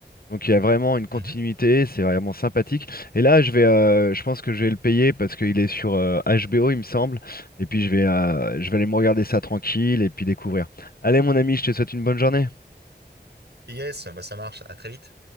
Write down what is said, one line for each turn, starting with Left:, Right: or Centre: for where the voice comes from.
Left: Donc il y a vraiment une continuité,
Right: Mhm.
Left: c'est vraiment sympathique. Et là, je vais, euh, je pense que je vais le payer parce qu'il est sur euh, HBO, il me semble. Et puis je vais, euh, je vais aller me regarder ça tranquille et puis découvrir. Allez mon ami, je te souhaite une bonne journée.
Right: Yes, bah, ça marche. À très vite.